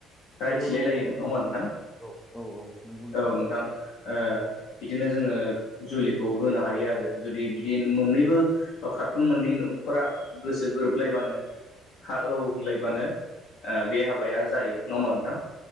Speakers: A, on the left; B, in the centre.
A: रायथिलाय
B: नंगौ नंगौ
A: लायोमोन
B: नंगौ नंगौ
A: नाङाहोमबा नोंथां?
B: औ औ औ नंगौ
A: औ
B: नंगौ
A: नोंथां ओ बिदिनो जोङो जुलिखौ होनो हायो आरो जुदि बिदि मोननैबो बा फारफ्रोम मोननै नखरा गोसो गोरोबलायबानो हा औ होनलायबानो बे हाबाया जायो नङाहो‌मबा नोंथां?